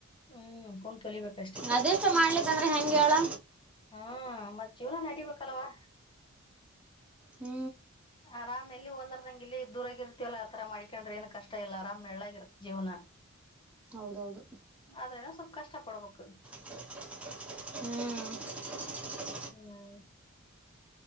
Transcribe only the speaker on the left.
ಹ್ಮ್ ಕುೂಣಕಲಿಬೇಕಷ್ಟೇ
ಹಾ ಮತ್ತ ಜೀವನ್ ನಡಿಬೇಕಲ್ವಾ
ಆರಾಮ್ ಎಲ್ಲಿ ಹೋದಾರದಂಗಗೆ ಇಲ್ಲಿ ದೂರಾಗಿರ್ತವಲ್ಲ ಆತರ ಮಾಡ್ಕೊಂಡ್ರೆ ಏನ್ ಕಷ್ಟ ಇಲ್ಲ ಅರಾಮ್ ನಳ್ಳಳಾಗಿತ್ತ ಜೀವನ
ಅಲ್ಲ ಸ ಕಷ್ಟಪಡಬೇಕಕ್
ಹ್ಮ್